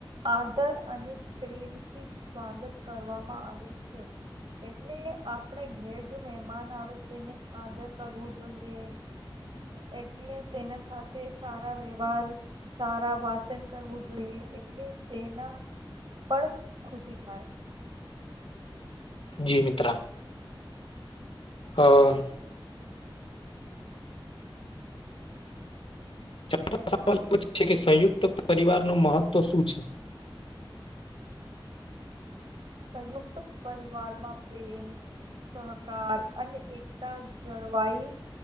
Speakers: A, on the right; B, on the left.
A: આદર અને પ્રેમથી સ્વાગત કરવામાં આવે છે. એટલે આપણે ઘેર જો મહેમાન આવે, તેને આદર કરવું જોઈએ. એટલે તેના સાથે સારા વહે. વાર સારા વાચન કરવું જોઈએ, એટલે તેના પણ ખુશી થાય.
B: જી મિત્ર. અઅ. <unintelligible> કે સંયુક્ત પરિવારનું મહત્વ શું છે.
A: સંયુક્ત પરિવારમાં પ્રેમ. સહકાર અને એકતા જળવાઈ